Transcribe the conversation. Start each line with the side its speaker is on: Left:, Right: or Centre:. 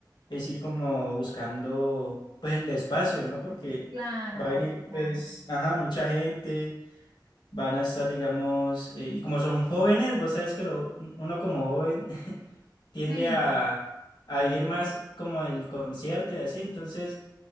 Left: es ir como buscando pues el espacio, ¿no? Porque
Right: Claro,
Left: va a venir
Right: claro.
Left: pues, ajá, mucha gente, van a estar, digamos, eh, y como son jóvenes, vos sabes que lo- uno como joven <laughs> tiende
Right: Sí,
Left: a, a ir más como el concierto y así, entonces...